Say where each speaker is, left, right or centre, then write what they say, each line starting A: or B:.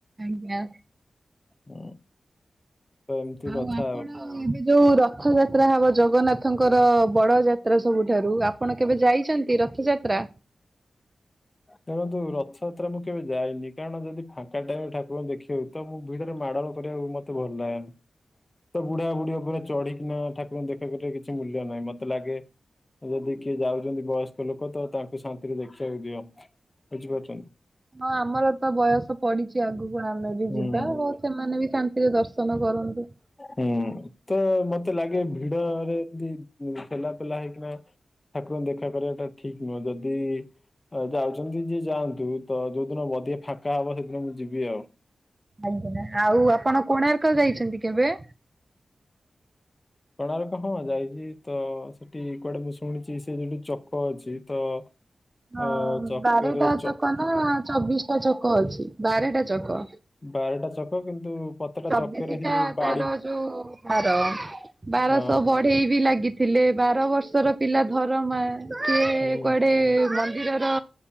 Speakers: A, on the right; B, on the left.
A: ଆଜ୍ଞା।
B: ହୁଁ। ତ ଏମିତି
A: ଆଉ
B: କଥା
A: ଆପଣ ଏବେ ଯୋଉ ରଥ ଯାତ୍ରା ହବ ଜଗନ୍ନାଥଙ୍କର ବଡ ଯାତ୍ରା ସବୁଠାରୁ ଆପଣ କେବେ ଯାଇଚନ୍ତି ରଥଯାତ୍ରା?
B: ଦେଖନ୍ତୁ ରଥଯାତ୍ରା ମୁଁ କେବେ ଯାଇନି କାରଣ ଯଦି ଫାଙ୍କା ଟାଇମ ଠାକୁରଙ୍କୁ ଦେଖିବୁ ତ ମୁଁ ଭିଡ ରେ ମାଡୋଳ କରିବାକୁ ମତେ ଭଲ ଲାଗେନି। ତ ବୁଢା ବୁଢୀ ଓପରେ ଚଢିକିନା ଠାକୁରଙ୍କୁ ଦେଖା କରିବାରେ କିଛି ମୂଲ୍ୟ ନାହିଁ ମତେ ଲାଗେ ଯଦି କିଏ ଯାଉଚନ୍ତି ବୟସ୍କ ଲୋକ ତ ତାଙ୍କୁ ଶାନ୍ତିରେ ଦେଖିବାକୁ ଦିଅ ବୁଝିପାରୁଚନ୍ତି।
A: ହଁ ଆମର ତ ବୟସ ପଡିଚି ଆଗକୁ ଆମେ
B: ହୁଁ
A: ଯିବା ହୋଉ ସେମାନେ ବି ଶାନ୍ତିରେ ଦର୍ଶନ କରନ୍ତୁ।
B: ହୁଁ ତ ମତେ ଲାଗେ ଭିଡରେ ଏମତି ଢେଲା ପେଲା ହେଇକିନା ଠାକୁରଙ୍କୁ ଦେଖା କରିବାଟା ଠିକ ନୁହେଁ ଯଦି ଯାଉଚନ୍ତି ଯିଏ ଯାଆନ୍ତୁ ତ ଯୋଉଦିନ ବଧିକଆ ଫାଙ୍କା ହବ ସେଦିନ ମୁଁ ଯିବି ଆଉ।
A: ଆଜ୍ଞା ଆଉ ଆପଣ କୋଣାର୍କ ଯାଇଚନ୍ତି କେବେ?
B: କୋଣାର୍କ ହଁ ଯାଇଚି ତ ସେଠି କୁଆଡେ ମୁଁ ଶୁଣିଚି ସେଠି ଗୋଟେ ଚକ ଅଛି ତ
A: ହଁ
B: ଅ ଚକରେ
A: ବାରଟା
B: ଚ
A: ଚକ ନା ଚବିଶଟା ଚକ ଅଛି ବାରଟା ଚକ।
B: ବାରଟା ଚକ କିନ୍ତୁ ପତେଟା
A: ଚବିଶି
B: ଚକରେ ସେ
A: ଟା
B: ଯୋଉ ବାଡି
A: ତାର ଯୋଉ ଧାର, ବାରଶହ
B: ଅ
A: ବଢେଇ ବି ଲାଗି ଥିଲେ ବାର ବର୍ଷର ପିଲା ଧର ମା ସିଏ
B: ହୁଁ
A: କୁଆଡେ ମନ୍ଦିରର